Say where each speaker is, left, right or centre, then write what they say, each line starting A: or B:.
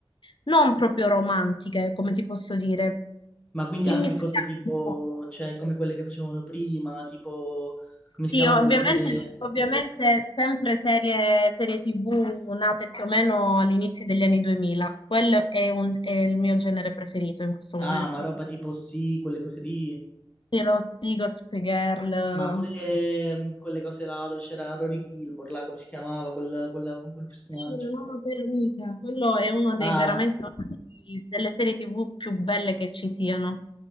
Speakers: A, on the left; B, on the left.
A: non proprio romantiche, come ti posso dire,
B: Ma quindi
A: immischiate.
B: anche cose tipo,
A: un po'.
B: cioè, come quelle che facevano prima, tipo, come si
A: Sì,
B: chiama
A: ovviamente,
B: quella serie?
A: ovviamente sempre serie, serie TV nate più o meno all'inizio degli anni 2000, quello è un- è il mio genere preferito in questo
B: Ah,
A: momento.
B: ma roba tipo sì, quelle cose lì.
A: Sì, Rossi, Gossip Girl.
B: Ma pure mm, quelle cose là dove c'era Rory Gilmore, là come si chiamava quel, quella- quel personaggio.
A: Una nuova per amica. Quello è uno dei
B: Ah,
A: veramente uno dei- delle serie TV più belle che ci siano.